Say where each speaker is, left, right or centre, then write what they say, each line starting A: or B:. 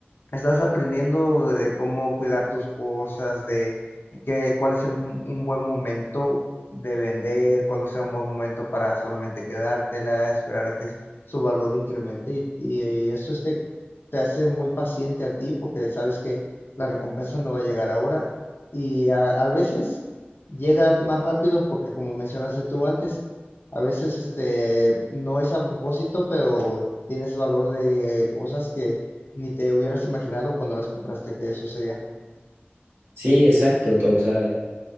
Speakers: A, on the left (about 65°); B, on the right (about 80°).
A: Estás aprendiendo de cómo cuidar tus cosas, de qué, cuál es el, un buen momento de vender, cuándo sea un buen momento para solamente quedártela, esperar a que su valor incremente y, y eso este, te hace muy paciente a ti porque sabes que la recompensa no va a llegar ahora y a, a veces llega más rápido porque como mencionaste tú antes, a veces este no es a propósito, pero tienes valor de cosas que ni te hubieras imaginado cuando las compraste que eso sería.
B: Sí, exacto. to- O sea,